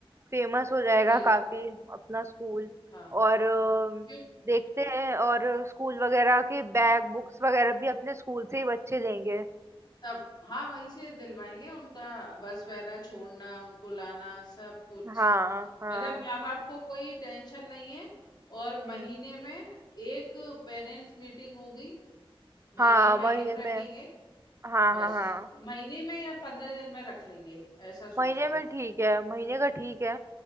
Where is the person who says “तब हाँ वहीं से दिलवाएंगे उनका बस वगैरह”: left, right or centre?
Left